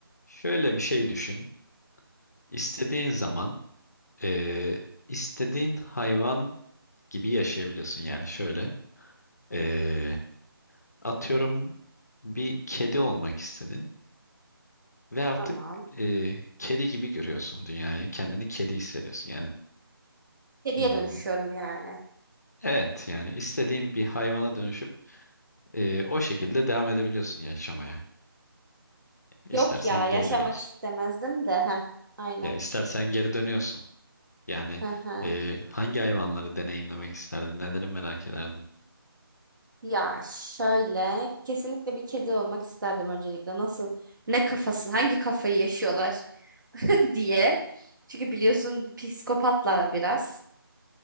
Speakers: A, on the left; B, on the right.
A: Şöyle bir şey düşün. İstediğin zaman eee, istediğin hayvan gibi yaşayabiliyorsun. Yani şöyle eee, atıyorum bir kedi olmak istedin ve artık
B: Tamam.
A: eee, kedi gibi görüyorsun dünyayı. Kendini kedi hissediyorsun. Yani
B: Kediye
A: eee,
B: dönüşüyorum yani.
A: evet yani istediğin bir hayvana dönüşüp eee, o şekilde devam edebiliyorsun yaşamaya. İstersen
B: Yok ya yaşamak
A: geri dönüyorsun.
B: istemezdim de. Heh, aynen.
A: Ya istersen geri dönüyorsun. Yani
B: Hı hı.
A: eee, hangi hayvanları deneyimlemek isterdin? Neleri merak ederdin?
B: Ya şöyle kesinlikle bir kedi olmak isterdim öncelikle. Nasıl ne kafası hangi kafayı yaşıyorlar <laughs> diye. Çünkü biliyorsun psikopatlar biraz.